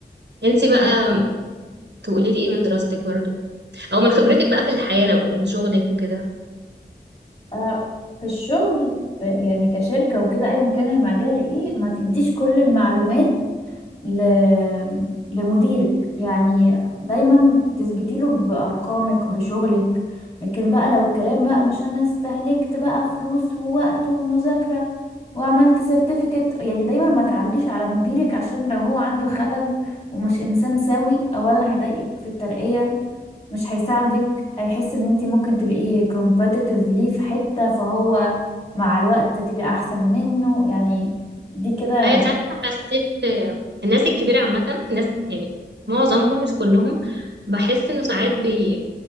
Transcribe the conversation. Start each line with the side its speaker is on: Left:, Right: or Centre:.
Right: انتي بقى تقولي لي ايه من دراستك برضه او من خبرتك بقى في الحياة لو من شغلك وكده
Left: آه، في الشغل في يعني كشركة وكده ايا كان المجال ايه ما تديش كل المعلومات ل... لمديرك يعني دايما تثبتي له بأرقامك بشغلك لكن بقى لو الكلام بقى مش انا استهلكت بقى فلوس ووقت ومذاكرة وعملت سيرتيفيكت يعني دايما ما تعليش على مديرك عشان لو هو عنده خلل ومش انسان سوي اولا هيضايقك في الترقية مش هيساعدك هيحس ان انتي ممكن تبقي competitive ليه في حتة فهو مع الوقت تبقي احسن منه يعني دي كده
Right: هي ساعات حسيت آه، الناس الكبيرة عامة ناس يعني معظمهم مش كلهم بحس انه ساعات بي